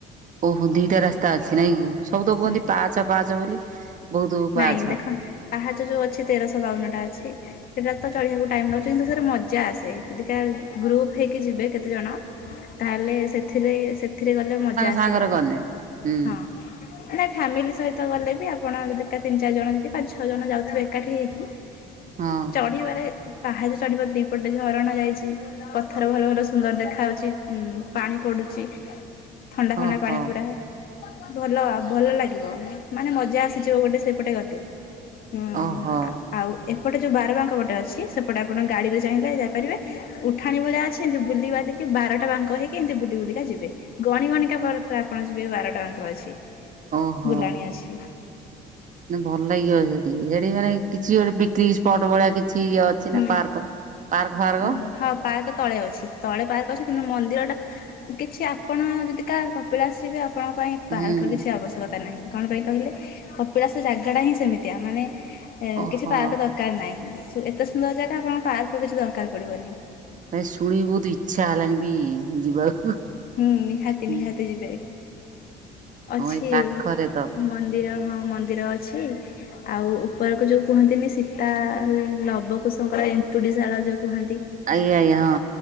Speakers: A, on the right (about 50°); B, on the left (about 60°).
A: ଓହୋ ଦିଟା ରାସ୍ତା ଅଛି ନାଇଁ କି ସବୁ ତ କୁହନ୍ତି
B: ହୁଁ
A: ପାଆଛ ପାଆଛ ବୋଲି। ବହୁତ ପାହାଚ
B: ନାଇଁ ଦେଖନ ପାହାଛ ଯୋଉ ଅଛି ତେରଶହ ବାଉନଟା ଅଛି। ସେଟା ତ ଚଢିବାକୁ ଟାଇମ୍ ଲାଗୁଛି କିନ୍ତୁ ସେଥିରେ ମଜା ଆସେ ଯଦିକା ଗୃପ ହେଇକି ଯିବେ କେତେଜଣ
A: ହୁଁ <inaudible>
B: ତାହେଲେ ସେଥିରେ ସେଥିରେ ଗଲେ ମଜା
A: ସାଙ୍ଗରେ
B: ଆସେ ଭଲ
A: ଗଲେ ହୁଁ
B: ହଁ। ନାଇଁ ଫ୍ୟାମିଲି ସହିତ ଗଲେ ବି ଆପଣ ଯଦି ତିନି ଚାରି ଜଣ କି ପାଞ୍ଚ ଛଅ ଜଣ ଯାଉଥିବେ ଏକାଠି ହେଇକି
A: ହଁ।
B: ଚଢିବାରେ ପାହାଚ ଚଢିବାରେ ଦିପଟେ ହରଣା ଯାଇଛି। ପଥର ଭଲ ଭଲ ସୁନ୍ଦର ଦେଖାଯାଉଛି ଉ ପାଣି ପଡୁଛି। ଥଣ୍ଡା ଥଣ୍ଡା
A: ଓହୋ
B: ପାଣି ପୁରା ଭଲ ଆଉ ଭଲ ଲାଗିବ ମାନେ ମ ଜା ଆସିଯିବ ଗୋଟେ ସେପଟେ ଗଲେ ହୁଁ
A: ଓହୋ
B: ଆ। ଆଉ ଏପଟେ ଯେଉଁ ବାରବାଙ୍କ ପଟେ ଅଛି ସେପଟେ ଆପଣ ଗାଡ଼ିରେ ଚାହିଁଲେ ଯାଇପାରିବେ। ଉଠାଣି ଭଳିଆ ଅଛି ଏମିତି ବୁଲି ବାଲିକି ବାରଟା ବାଙ୍କ ହେଇକି ଏମିତି ବୁଲି ବୁଲିକା ଯିବେ। ଗଣି ଗଣିକା ଆପଣ ଯିବେ ବାର ବାଙ୍କ ଅଛି
A: ଓହୋ
B: ବୁଲାଣି ଅଛି।
A: ଭଲ ଲାଗିବ ସେଠି ସେଠି ମାନେ କିଛି ଗୋଟେ ପିକନିକ ସ୍ପଟ୍ ଭଳିଆ କିଛି ଅ ଅଛି
B: ହୁଁ
A: ନା ପାର୍କ ପାର୍କ ଫାର୍କ।
B: ଉଁ ହଁ ପାର୍କ ତଳେ ଅଛି ତଳେ ପାର୍କ ଅଛି କିନ୍ତୁ ମନ୍ଦିର ଟା କିଛି ଆପଣ ଯଦି କାହା କପିଳାସ ଆସିବେ ଆପଣଙ୍କ ପାଇଁ ପାର୍କର
A: ହୁଁ
B: କିଛି ଆବଶ୍ୟକତା ନାହିଁ। କଣ ପାଇଁ କହିଲେ କପିଳାସ ଜାଗାଟା ହିଁ ସେମିତିଆ ମାନେ ଏ
A: ଓହୋ
B: କିଛି ପାର୍କ ଦରକାର ନାହିଁ। ଏତେ ସୁନ୍ଦର ଯାଗା ଆପଣଙ୍କ ପାର୍କ ରୁ କିଛି ଦରକାର ପଡିବନି।
A: ନାଇଁ ଶୁଣି ବହୁତ ଇଚ୍ଛା ହେଲାଣି ବି ଯିବାକୁ।
B: ହୁଁ ନିହାତି
A: ହଁ
B: ନିହାତି ଯିବେ। ଅଛି
A: ଏଇ ପାଖରେ ତ
B: ମନ୍ଦିର ହଁ ମନ୍ଦିର ଅଛି। ଆଉ ଉପରକୁ ଯୋଉ କୁହନ୍ତିନି ସୀତା ଲବକୁଶଙ୍କର ଏନ୍ତୁଡ଼ି ଶାଳ ଯୋଉ କୁହନ୍ତି।
A: ଆଇ ଆଇ ହଁ।